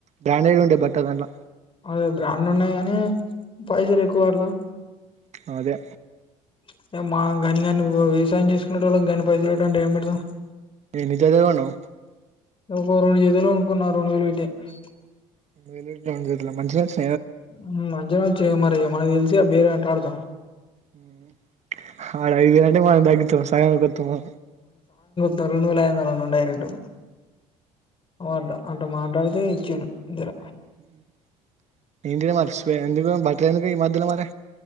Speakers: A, on the right; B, on the left.
A: బ్రాండెడ్ ఉండే బట్టలు దాంట్లో
B: అదే బ్రాండ్ ఉన్నాయని. హ్మ్ పైసలు ఎక్కువార్లు
A: ప్చ్ అదే
B: ప్చ్ మేం మాంగాని కాని వో వ్యవసాయం చేసుకునేటోళ్ళం, గాన్ని పైదలు <unintelligible> అంటే ఏం పెడతాం.
A: ఎన్ని జదలు కొన్నవ్
B: ఒకొ రెండు జదలు కొనుకున్నా, రెండు వేలు పెట్టి మ్మ్
A: రెండు వేలు పెట్నా, రెండు జతల మంచివేనాస్
B: హ్మ్ మజాచ్చ్ <unintelligible> మరి ఇగ మనకు తెల్సుగా, బేరాల్ ఎట్టాడుతామో
A: హ్మ్ హ్ హా ఆడ ఐదువేలు అంటే, మనం తగ్గిచ్చు సగం కొత్తము.
B: తరును లయర్లనను డైరెక్టు ఆండ అంట మాట్లాడితే ఇచ్చాను. నిద్దర
A: హ్మ్ హుహ్ ఇంటినే మార్చిపోయా, ఇంటికి పోదాం పా తేనికి మధ్యలో మరె